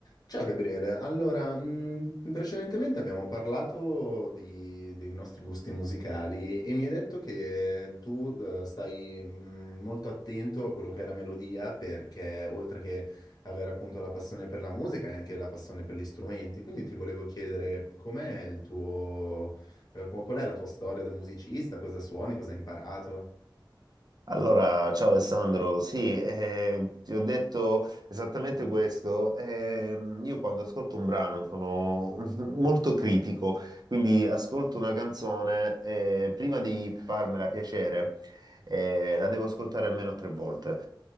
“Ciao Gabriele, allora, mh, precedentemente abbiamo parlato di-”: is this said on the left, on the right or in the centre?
Left